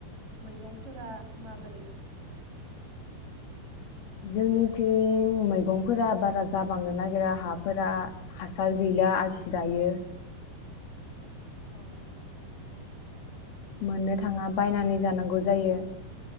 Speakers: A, on the right; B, on the left.
A: मैगंफोरा माबोरै।
B: जोंनिथिं मैगंफोरा बारा जाबांनो नागिरा हाफोरा हासार गैला दायो।
A: औ।
B: मोननो थाङा बायनानै जानांगौ जायो।